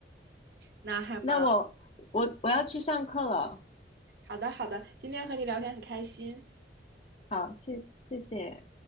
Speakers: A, on the right; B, on the left.
A: 那还蛮
B: 那我我我要去上课了，
A: 好的，好的。今天和你聊天很开心。
B: 好，谢谢谢。